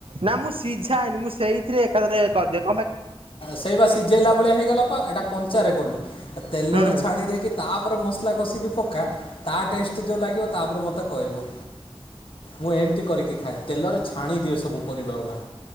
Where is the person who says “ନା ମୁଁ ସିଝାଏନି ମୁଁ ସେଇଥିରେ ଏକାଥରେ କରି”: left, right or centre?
Right